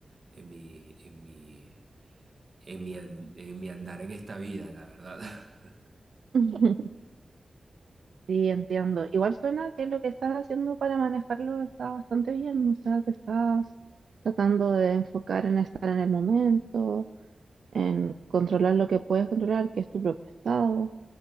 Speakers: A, on the right; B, on the right.
A: en mi, en mi, en mi, an- en mi andar en esta vida, la verdad. <laughs>
B: <laughs> Sí, entiendo. Igual suena que lo que estás haciendo para manejarlo está bastante bien, o sea, te estás tratando de enfocar en estar en el momento, en controlar lo que puedes controlar, que es tu propio estado.